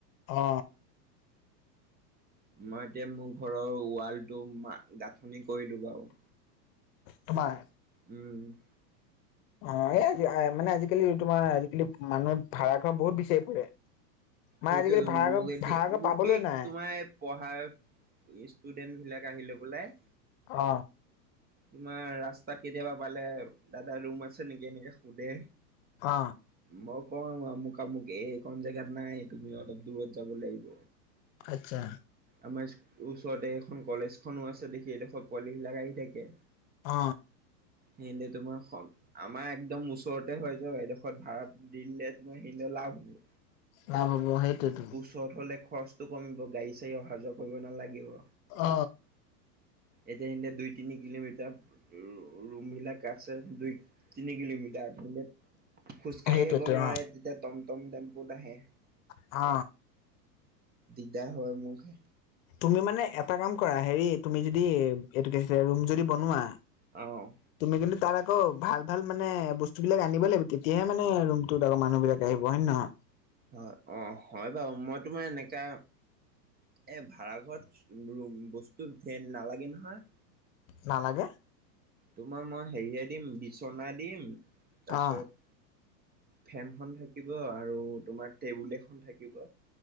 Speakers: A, on the left; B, on the right.
A: অ,
B: মই এতিয়া মোৰ ঘৰৰ ৱালটোা গাঁঠনি কৰিলো বাৰু।
A: তোমাৰ?
B: উম,
A: অ, এই আজি মানে আজিকি তোমাৰ আজিকালি মানুহৰ ভাড়াঘৰ বহুত বিচাৰি ফুৰে। মানে
B: সেইটোতো
A: আজিকালি ভাড়া
B: মোক
A: ঘৰ
B: এ
A: ভাড়া ঘৰ
B: মোক
A: পাবলৈ নাই
B: তোমাৰ পঢ়াৰ ষ্টুডেন্ট বিলাক আহিলৈ পেলাই
A: অ,
B: তোমাৰ ৰাস্তাত কেতিয়াবা পালে দাদা ৰুম আছে নেকি এনেকে সোধে।
A: অ,
B: মই কওঁ আমুক আমুক এইকখন জেগাত নাই তুমি অলপ দূৰত যাব লাগিব।
A: আচ্ছা।
B: আমাৰ ওচৰতে এখন কলেজখনো আছে দেখি এডোখৰ পোৱালীবিলাক আহি থাকে।
A: অ,
B: <inaudible> তোমাৰ সল আমাৰ একদম ওচৰতে হয় য এডোখৰ ভাড়া দি দিলে তোমাৰ সি লাভ হ'ব।
A: লাভ হাব সেইটোৱেতো।
B: ওচৰত হলে খৰচটো কমিব গাড়ী চাড় অহা যোৱা কৰিব নালাগিব।
A: অ,
B: এতিয়া স দুই তি কিলোমিটাৰ এতিয়া ৰুমবিলাক আাটছে দুই তিনি কিলোমিটাৰ <inaudible> খোজকাঢ়ি
A: সেইটোৱেতো
B: আহিব নোৱাৰে
A: অ
B: তেতিয়া টমটম টেম্পুত আহে।
A: অ,
B: দিগদাৰ হয় মখে
A: তুমি মানে এটা কাম কৰা হেৰি তুমি যদি এইটো ৰুম যদি বনোৱা,
B: অ,
A: তুমি কিন্তু তাৰ আকৌ ভাল ভাল মানে বস্তু বিলাক আনিব লাগিব তেতিয়াহে মানে ত আকৌ মানুহ বিলাক আহিব হয় নহয়?
B: হয়, অ, হয়, বাৰু মই তোমাৰ এনেকা এই ভাড়াঘৰত বস্তু ধে নালাগে নহয়।
A: নালাগে!
B: তোমাৰ মই হেৰিয়ে দিম বিচনা দিম তাৰপিছত
A: অ
B: ফেনখনন থাকিব আৰু তোমাৰ টেবুল এখন থাকিব।